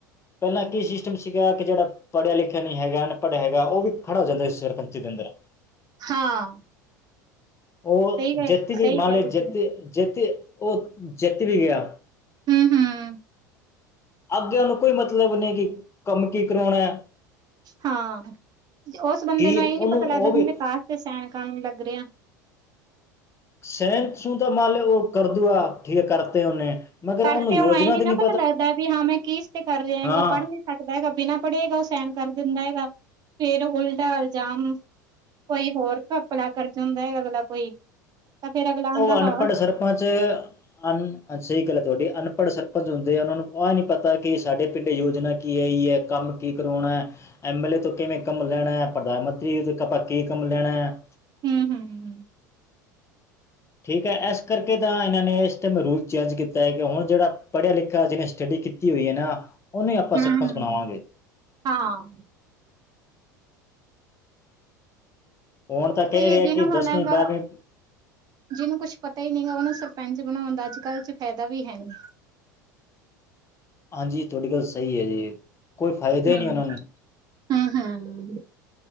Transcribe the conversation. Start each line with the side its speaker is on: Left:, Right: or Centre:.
Left: ਪਹਿਲਾਂ ਕੀ ਸਿਸਟਮ ਸੀਗਾ ਕਿ ਜਿਹੜਾ ਪੜ੍ਹਿਆ ਲਿਖਿਆ ਨਹੀਂ ਹੈਗਾ ਅਨਪੜ੍ਹਿਆ ਹੈਗਾ ਉਹ ਵੀ ਖੜਾ ਹੋ ਜਾਂਦਾ ਸਰਪੰਚ ਦੇ ਅੰ <inaudible>
Right: ਹਾਂ
Left: ਉਹ
Right: ਸਹੀ ਗ
Left: ਜਿੱਤ ਵੀ
Right: ਸਹੀ
Left: ਮੰਨ
Right: ਕਿਹਾ
Left: ਲ
Right: ਤੁਸੀਂ
Left: ਜਿੱਤ ਜਿੱਤ ਉਹ ਜਿੱਤ ਵੀ ਗਿਆ
Right: <unintelligible>
Left: ਅੱਗੇ ਉਹ ਨੂੰ ਕੋਈ ਮਤਲਬ ਨਹੀਂ ਕਿ ਕੰਮ ਕੀ ਕਰਾਉਣਾ ਹੈ
Right: ਹਾਂ ਉਸ ਬੰਦੇ
Left: ਕੀ
Right: ਨੂੰ ਇਹ
Left: ਉਹਨੂੰ
Right: ਨੀ ਪਤਾ
Left: ਉਹ
Right: ਲੱਗਦਾ ਕਿ
Left: ਵੀ
Right: ਮੈ ਕਾਹ ਤੇ ਸਾਈਨ ਕਰਨ ਲੱਗਾ ਗੇਆ
Left: ਸਹਿਨ ਸੂ ਤਾਂ ਮੰਨ ਲਓ ਉਹ ਕਰਦੂਗਾ ਠੀਕ ਕਰਤੇ ਉਹਨੇ ਮਗਰ
Right: ਕਰਤੇ
Left: ਉਹਨੂੰ ਯੋਜਨਾ
Right: ਹੁਣ ਐਏ ਨੀ
Left: ਦੀ
Right: ਨਾ
Left: ਨਹੀਂ
Right: ਪਤਾ ਲੱਗਦਾ ਵੀ ਹਾਂ ਮੈਂ ਕੀ ਤੇ ਕਰ ਰਿਹਾ ਹੈਗਾ
Left: ਹਾਂ
Right: ਪੜ੍ਹ ਨੀ ਸਕਦਾ ਹੈਗਾ ਬਿਨਾਂ ਪੜ੍ਹੇਗਾ ਉਹ ਸਾਈਨ ਕਰ ਦਿੰਦਾ ਹੈਗਾ ਫੇਰ ਉਲਟਾ ਈਲਜਾਾਮ ਕੋਈ ਹੋਰ ਘਪਲਾ ਕਰ ਅਗਲਾ ਕੋਈ ਤਾਂ ਫੇਰ ਅਗਲਾ
Left: ਉਹ
Right: ਆਂਦਾ
Left: ਅਨਪੜ੍ਹ
Right: ਹਾਂ
Left: ਸਰਪੰਚ ਅ ਸਹੀ ਗੱਲ ਤੁਹਾਡੇ ਅਨਪੜ੍ਹ ਸਰਪੰਚ ਹੁੰਦੇ ਆ ਉਹਨਾਂ ਨੂੰ ਆ ਨੀ ਪਤਾ ਕਿ ਸਾਡੇ ਪਿੰਡ ਯੋਜਨਾ ਕੀ ਆਈ ਹੈ ਕੰਮ ਕੀ ਕਰਾਉਣਾ ਐਮ ਐਲ ਏ ਤੋਂ ਕਿਵੇਂ ਕੰਮ ਲੈਣਾ ਹੈ ਪ੍ਰਧਾਨ ਮੰਤਰੀ ਆਪਾ ਕੀ ਕੰਮ ਲੈਣਾ ਹੈ
Right: <unintelligible>
Left: ਠੀਕ ਹੈ ਇਸ ਕਰਕੇ ਤਾਂ ਇਹਨਾਂ ਨੇ ਇਸ ਟਾਈਮ ਰੂਲ ਚੇਂਜ ਕੀਤਾ ਹੈ ਕਿ ਹੁਣ ਜਿਹੜਾ ਪੜ੍ਹਿਆ ਲਿਖਿਆ ਜਿਹਨੇ ਸਟੱਡੀ ਕੀਤੀ ਹੋਈ ਹੈ ਨਾ ਉਹਨੂੰ ਹੀ ਆਪਾਂ
Right: ਹੂੰ
Left: ਸਰਪੰਚ ਬਣਾਵਾਂਗੇ।
Right: ਹਾਂ
Left: ਹੁਣ ਤਾਂ ਕਹਿ
Right: ਤੇ
Left: ਰਿਹਾ
Right: ਇਹ ਦਿਨ
Left: ਕਿ ਦਸਵੀਂ
Right: ਹੋਣਾ
Left: ਬਾਰਵੀਂ
Right: ਗਾ। ਜਿਹਨੂੰ ਕੁਛ ਪਤਾ ਹੀ ਨਹੀਂ ਉਹਨੂੰ ਸਰਪੰਚ ਬਣਾਉਣ ਦਾ ਅੱਜ ਕੱਲ ਚ ਫਾਇਦਾ ਵੀ ਹੈ ਨਹੀਂ।
Left: <inaudible> ਤੁਹਾਡੀ ਗੱਲ ਸਹੀ ਹੈ ਜੀ। ਕੋਈ ਫਾਇਦਾ
Right: ਹੂੰ
Left: ਨਹੀਂ ਉਹਨਾਂ ਨੂੰ।
Right: ਹੂੰ ਹੂੰ